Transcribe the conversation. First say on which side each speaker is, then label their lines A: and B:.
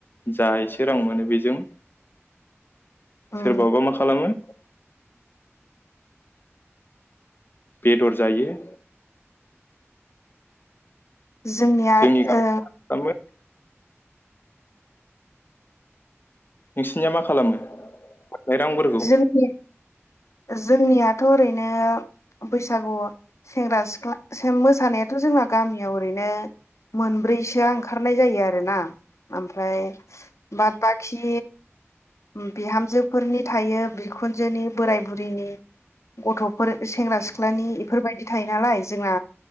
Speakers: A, on the left (about 45°); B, on the left (about 80°).
A: जा एसे रां मोनो बेजों
B: उम
A: सोरबाबा मा खालामो बेदर जायो।
B: जोंनिया
A: जोंनि गामियाव
B: ओ
A: मा खालामो <unintelligible> निया मा खालामो बे रांफोरखौ?
B: जोंनि जोंनियाथ' ओरैनो बैसागु सेंग्रा सिख्ला सो मोसानायाथ' जोंना गामियाव ओरैनो मोनब्रैसोआ ओंखारनाय जायो आरोना ओमफ्राय बाद बाखि ओम बिहामजोफोरनि थायो बिखुनजोनि बोराइ बुरैनि गथफोर सेंग्रा सिख्लानि इफोरबायदि थायो नालाय जोंना